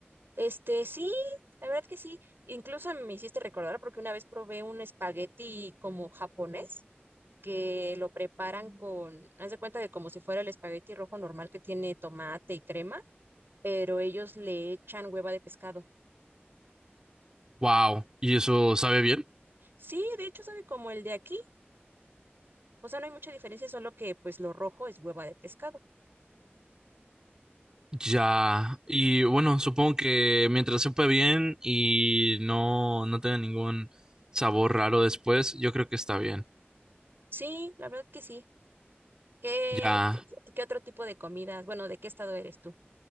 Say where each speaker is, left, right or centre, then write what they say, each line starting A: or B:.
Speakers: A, on the right (about 60°); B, on the right (about 20°).
A: Este, sí, la verdad que sí. Incluso me hiciste recordar porque una vez probé un espagueti como japonés que lo preparan con, haz de cuenta de como si fuera el espagueti rojo normal que tiene tomate y crema, pero ellos le echan hueva de pescado.
B: Wow, ¿y eso sabe bien?
A: Sí, de hecho sabe como el de aquí. O sea, no hay mucha diferencia, solo que pues lo rojo es hueva de pescado.
B: Ya, y bueno, supongo que mientras sepa bien y no, no tenga ningún sabor raro después, yo creo que está bien.
A: Sí, la verdad que sí. ¿Qué,
B: Ya.
A: qué otro tipo de comidas? Bueno, ¿de qué estado eres tú?